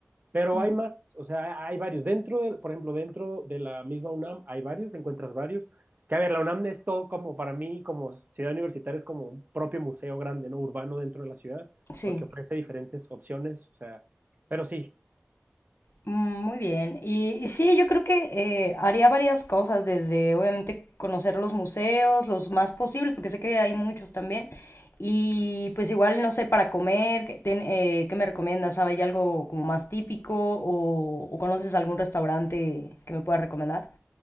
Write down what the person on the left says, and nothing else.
mm,
sí.
Mm, Muy bien. Y, y sí, yo creo que eh, haría varias cosas, desde obviamente conocer los museos, los más posibles, porque sé que hay muchos también. Y pues igual, no sé, para comer, ¿qué, ten- eh, ¿qué me recomiendas? sabes ¿Hay algo como más típico o, o conoces algún restaurante que me pueda recomendar?